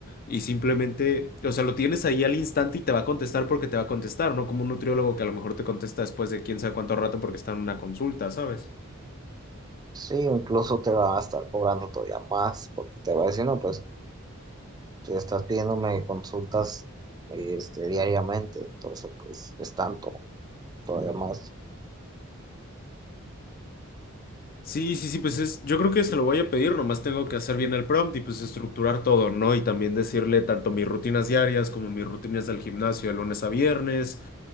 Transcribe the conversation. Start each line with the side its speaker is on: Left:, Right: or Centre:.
Left: y simplemente, o sea, lo tienes ahí al instante y te va a contestar porque te va a contestar, no como un nutriólogo que a lo mejor te contesta después de quién sabe cuánto rato porque está en una consulta, ¿sabes?
Right: Sí, o incluso te va a estar cobrando todavía más porque te va a decir, no, pues te estás pidiéndome consultas este, diariamente, entonces pues es tanto. todavía más.
Left: Sí, sí, sí, pues es, yo creo que se lo voy a pedir, nomás tengo que hacer bien el prompt y pues estructurar todo, ¿no? Y también decirle tanto mis rutinas diarias como mis rutinas del gimnasio de lunes a viernes